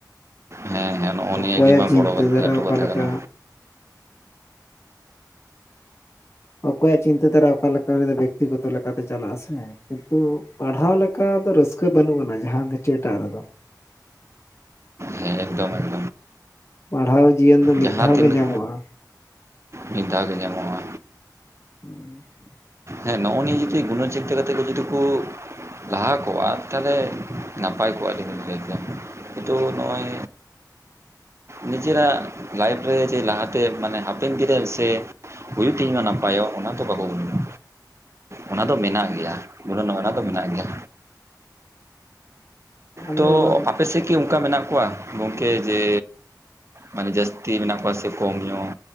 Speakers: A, on the right (about 40°); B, on the left (about 40°).
A: ᱦᱮᱸ ᱦᱮᱸ ᱱᱚᱜᱼᱚ
B: ᱚᱠᱚᱭᱟᱜ
A: ᱱᱤᱭᱟᱹ ᱜᱮᱢᱟ ᱵᱚᱲᱚ
B: ᱪᱤᱱᱛᱟᱹ ᱫᱷᱟᱨᱟ
A: ᱞᱟᱹᱴᱩ
B: ᱚᱠᱟ
A: ᱠᱟᱛᱷᱟ
B: ᱞᱮᱠᱟ?
A: ᱠᱟᱱᱟ
B: ᱚᱠᱚᱭᱟᱜ ᱪᱤᱱᱛᱟᱹ ᱫᱷᱟᱨᱟ ᱚᱠᱟ ᱞᱮᱠᱟ ᱩᱱᱤ ᱫᱚ ᱵᱮᱠᱛᱤᱜᱚᱛᱚ ᱞᱮᱠᱟᱛᱮ ᱪᱟᱞᱟᱜᱼᱟ ᱥᱮ ᱠᱤᱱᱛᱩ ᱯᱟᱲᱦᱟᱣ ᱞᱮᱠᱟ ᱫᱚ ᱨᱟᱹᱥᱠᱟᱹ ᱵᱟᱹᱱᱩᱜ ᱟᱱᱟ ᱡᱟᱦᱟᱸ ᱠᱤᱪᱷᱩ ᱮᱴᱟᱜ ᱨᱮᱫᱚ
A: ᱦᱮᱸ ᱮᱠᱫᱚᱢ ᱮᱠ
B: ᱯᱟᱲᱦᱟᱣ ᱡᱤᱭᱚᱱ ᱫᱚ ᱢᱤᱫ
A: ᱡᱟᱦᱟᱸ
B: ᱫᱷᱟᱣ
A: ᱛᱤᱱᱟᱹᱜ
B: ᱜᱮ ᱧᱟᱢᱚᱜᱼᱟ᱾
A: ᱢᱤᱫ ᱫᱷᱟᱣ ᱜᱮ ᱧᱟᱢᱚᱜᱼᱟ᱾
B: <inaudible>
A: ᱦᱮᱸ ᱱᱚᱜᱼᱚ ᱱᱤᱭᱟᱹ ᱡᱩᱫᱤ ᱜᱩᱱᱟᱹᱱ ᱪᱤᱱᱛᱟᱹ ᱠᱟᱛᱮᱜ ᱠᱚ ᱡᱩᱫᱤ ᱠᱚ ᱞᱟᱦᱟ ᱠᱚᱜᱼᱟ ᱛᱟᱦᱞᱮ ᱱᱟᱯᱟᱭ ᱠᱚᱜᱼᱟ ᱤᱧᱤᱧ ᱞᱟᱹᱭ ᱠᱮᱭᱟ ᱛᱚ ᱱᱚᱜᱼᱚᱭ ᱱᱤᱡᱮᱨᱟᱜ ᱞᱟᱭᱤᱯᱷ ᱨᱮ ᱡᱮ ᱞᱟᱦᱟᱛᱮ ᱢᱟᱱᱮ ᱦᱟᱯᱮᱱ ᱫᱤᱱ ᱨᱮ ᱥᱮ ᱦᱩᱭᱩᱜ ᱛᱤᱧ ᱢᱟ ᱱᱟᱯᱟᱭᱚᱜ ᱚᱱᱟ ᱛᱚ ᱵᱟᱠᱚ <unintelligible> ᱚᱱᱟ ᱫᱚ ᱢᱮᱱᱟᱜ ᱜᱮᱭᱟ ᱵᱚᱞᱮ ᱱᱚᱜᱼᱚ ᱱᱟ ᱫᱚ ᱢᱮᱱᱟᱜ ᱜᱮᱭᱟ
B: ᱟᱫᱚ
A: ᱛᱳ
B: ᱚᱱᱟ
A: ᱟᱯᱮ ᱥᱮᱜ ᱠᱤ ᱚᱝᱠᱟ ᱢᱮᱱᱟᱜ ᱠᱚᱣᱟ ᱜᱚᱝᱠᱮ ᱡᱮ ᱢᱟᱱᱮ ᱡᱟᱹᱥᱛᱤ ᱢᱮᱱᱟᱜ ᱠᱚᱣᱟ ᱥᱮ ᱠᱚᱢ ᱧᱚᱜ